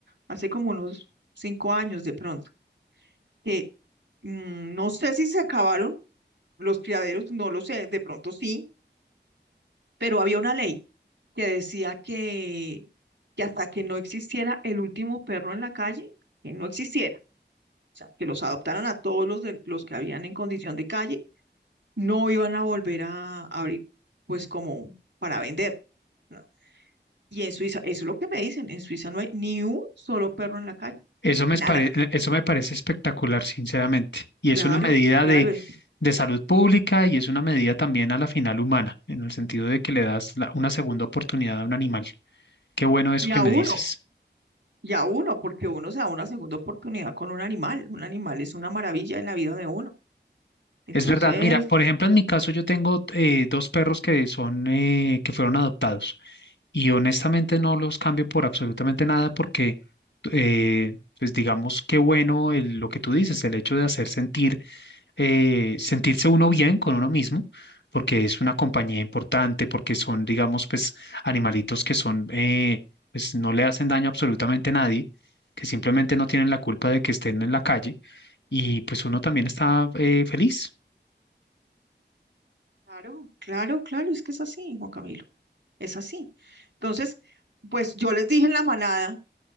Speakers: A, on the right; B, on the left.
A: hace como unos cinco años de pronto, que mm, no sé si se acabaron los criaderos, no lo sé, de pronto sí, pero había una ley que decía que, que hasta que no existiera el último perro en la calle, que no existiera, o sea, que los adoptaran a todos los, de, los que habían en condición de calle, no iban a volver a abrir, pues como para vender. ¿no? Y en Suiza, eso es lo que me dicen, en Suiza no hay ni un solo perro en la calle,
B: Eso me
A: nada.
B: pare- eh, eso me parece espectacular, sinceramente. Y
A: Claro,
B: es una medida
A: claro.
B: de,
A: Y
B: de salud pública y es una medida también a la final humana, en el sentido de que le das la- una segunda oportunidad a un animal. Qué bueno eso
A: y
B: que
A: a
B: me
A: uno,
B: dices.
A: y a uno, porque uno se da una segunda oportunidad con un animal. Un animal es una maravilla en la vida de uno. Entonces,
B: Es verdad, mira, por ejemplo, en mi caso yo tengo eh, dos perros que son, eh, que fueron adoptados y honestamente no los cambio por absolutamente nada porque, eh, pues digamos, qué bueno el- lo que tú dices, el hecho de hacer sentir eh, sentirse uno bien con uno mismo, porque es una compañía importante, porque son, digamos, pues animalitos que son, eh, pues no le hacen daño absolutamente a nadie, que simplemente no tienen la culpa de que estén en la calle y pues uno también está eh, feliz.
A: claro, claro, claro, es que es así, Juan Camilo, es así. Entonces, pues yo les dije en la manada,